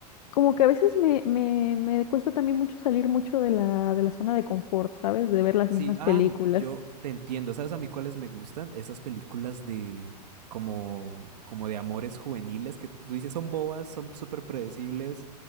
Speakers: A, on the left (about 70°); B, on the right (about 75°).
A: Como que a veces me, me, me cuesta también mucho salir mucho de la, de la zona de confort, ¿sabes? De ver las
B: Sí,
A: mismas
B: ah,
A: películas.
B: yo te entiendo. ¿Sabes a mí cuáles me gustan? Esas películas de... como... como de amores juveniles que tú dices son bobas, son súper predecibles,